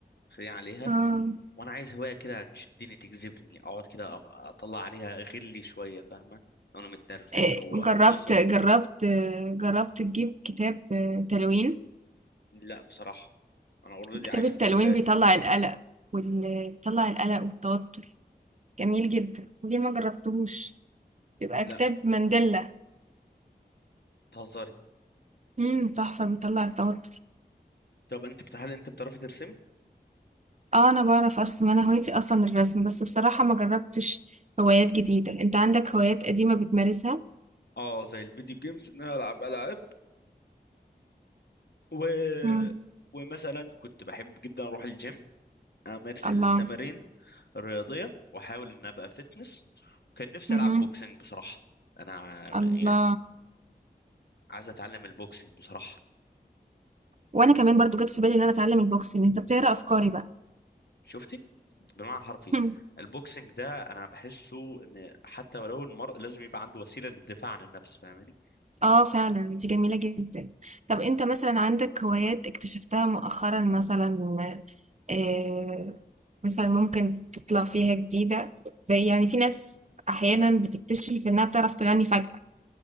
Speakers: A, on the left; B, on the right.
A: خلينا عليها
B: اه
A: وأنا عايز هواية كده تشدني تجذبني أقعد كده أ- أطلع عليها غلي شوية فاهمة؟ لو أنا متنرفز
B: إيه،
A: أو
B: جربت
A: أبسط
B: جربت جربت تجيب كتاب آه، تلوين
A: لا بصراحة أنا أوريدي
B: كتاب
A: عايش
B: التلوين
A: في الكلية
B: بيطلع القلق وال- بيطلع القلق والتوتر جميل جدا ليه ما جربتهوش بيبقى
A: لا
B: كتاب مانديلا
A: بتهزري
B: امم تحفة بيطلع التوتر
A: طب أنت بت- هل أنت بتعرفي ترسمي؟
B: اه انا بعرف ارسم انا هوايتي اصلا الرسم بس بصراحة ما جربتش هوايات جديدة انت عندك هوايات قديمة بتمارسها
A: اه زي الفيديو جيمز ان انا العب العاب و...
B: امم
A: ومثلا كنت بحب جدا اروح الجيم امارس
B: الله
A: التمارين الرياضيه واحاول ان ابقى فيتنس وكان نفسي
B: امم
A: العب بوكسنج بصراحه انا ع-
B: الله
A: يعني عايز اتعلم البوكسنج بصراحه
B: وانا كمان برضو جت في بالي ان انا اتعلم البوكسنج انت بتقرا افكاري بقى
A: شفتي بمعنى حرفي
B: <laughs>
A: البوكسنج ده انا بحسه ان حتى ولو المرء لازم يبقى عنده وسيله للدفاع عن النفس فاهماني
B: اه فعلا دي جميلة جدا طب انت مثلا عندك هوايات اكتشفتها مؤخرا مثلا آه مثلا ممكن تطلع فيها جديدة زي يعني في ناس احيانا بتكتشف انها بتعرف تغني فجأة